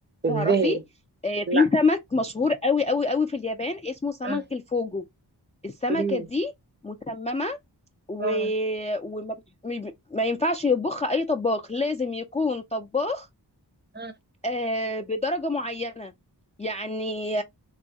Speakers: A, on the right; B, on the left.
A: ازاي
B: تعرفي آه،
A: لا
B: في سمك مشهور قوي قوي قوي في اليابان اسمه سمك
A: مم.
B: الفوجو السمكه
A: ليه
B: دي مسممه و...
A: مم.
B: وما بت- م- ب- ما ينفعش يطبخها اي طباخ لازم يكون طباخ
A: مم.
B: آه، بدرجه معينه يعني